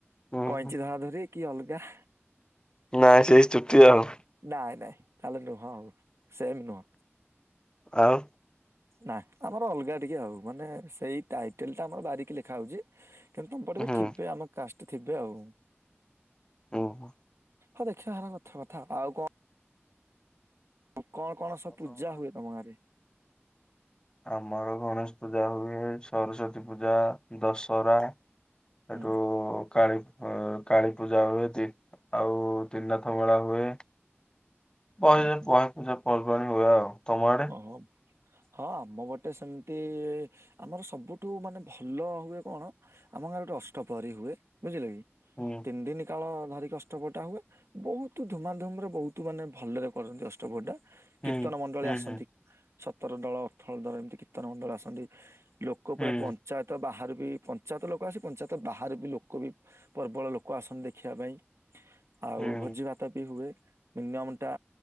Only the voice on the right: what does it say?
କଇଁଚି
ଧରା ଧରି କି ଅଲଗା।
ନାଇଁ ନାଇଁ ତାହେଲେ ନୁହଁ ଆଉ ସେମ୍ ନୁହଁ।
ନା ଆମର ଅଲଗା ଟିକେ ଆଉ ମାନେ ସେଇ ଟାଇଟେଲ ଟା ଆମର ବାରିକି ଲେଖା ହଉଛି। କିନ୍ତୁ ବାରିକ
ଥିବେ ଆମ କାଷ୍ଟ ଥିବେ ଆଉ।
ହଁ ଦେଖିବା ହେରା କଥା କଥା ଆଉ କଣ କଣ କଣ ସବୁ ପୂଜା ହୁଏ ତମ ଗାଁ ରେ?
ହୁଁ
ଉଁ ହୁଁ
ଓହୋ ହଁ ଆମ ପଟେ ସେମିତି ଆମର ସବୁଠୁ ମାନେ ଭଲ ହୁଏ କଣ ଆମ ଗାଁ ଗୋଟେ ଅଷ୍ଟପହରୀ ହୁଏ ବୁଝିଲ କି?
ତିନି ଦିନ କାଳ ଧରି ଅଷ୍ଟପହରୀ ହୁଏ ବହୁତ ଧୁମାଧୁମ ରେ ବହୁତ ମାନେ ଭଲରେ କରନ୍ତି ଅଷ୍ଟପହରୀ ଟା
କୀର୍ତ୍ନ ମଣ୍ଡଳୀ
ଆସନ୍ତି।
ସତର ଦଳ ଅଠର ଦଳ ଏମିତି କିତ୍ତନ ମଣ୍ଡଳୀ ଆସନ୍ତି ଲୋକ ପୁରା
ପଞ୍ଚ ଚାୟତ ବାହାରୁ ବି ପଞ୍ଚାୟତ ଲୋକ ଆସି ପଞ୍ଚାୟତ ବାହାରୁ ବି ଲୋକ ବି ପ୍ରବଳ ଲୋକ ଆସନ୍ତି ଦେଖିବା ପାଇଁ ଆଉ
ଭୋଜି ଭାତ ବି ହୁଏ ମିନି ଟା